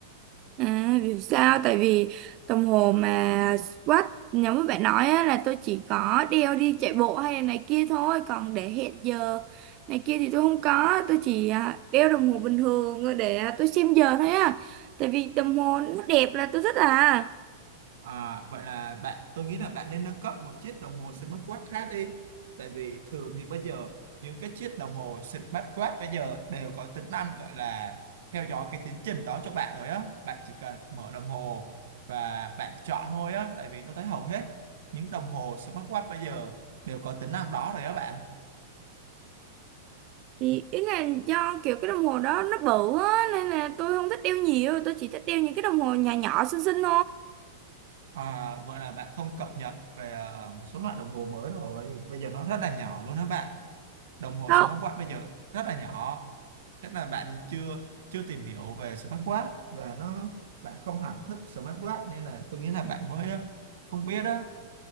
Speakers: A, on the right; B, on the right.
A: À, vì sao? Tại vì đồng hồ mà watch giống như bạn nói á, là tôi chỉ có đeo đi chạy bộ hay là này kia thôi còn để hẹn giờ này kia thì tôi không có tôi chỉ à, đeo đồng hồ bình thường để à, tôi xem giờ thôi á tại vì đồng hồ nó đẹp là tôi thích à
B: à, vậy là bạn tôi nghĩ là bạn nên nâng cấp một chiếc đồng hồ smartwatch khác đi tại vì thường thì bây giờ những cái chiếc đồng hồ smartwatch bây giờ đều có tính năng gọi là theo dõi cái tiến trình đó cho bạn rồi á bạn chỉ cần mở đồng hồ và bạn chọn thôi á tại vì tôi thấy hầu hết những đồng hồ smartwatch bây giờ đều có tính năng đó rồi á bạn
A: thì ý là do kiểu cái đồng hồ đó nó bự á nên là tôi không thích đeo nhiều tôi chỉ thích đeo những cái đồng hồ nhỏ nhỏ xinh xinh
B: À, vậy là bạn không cập nhật về à, một số loại đồng hồ mới rồi. Bây giờ nó rất là nhỏ luôn đó bạn. Đồng hồ
A: thôi
B: smartwatch bây giờ rất là nhỏ. Chắc là bạn chưa chưa tìm hiểu về smartwatch và nó bạn không hẳn thích smartwatch nên là tôi nghĩ là bạn mới ờ, không biết á.